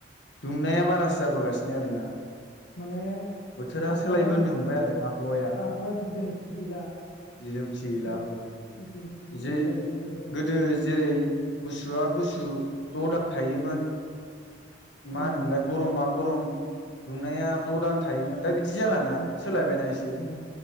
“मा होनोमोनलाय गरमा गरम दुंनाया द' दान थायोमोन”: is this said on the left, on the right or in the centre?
Left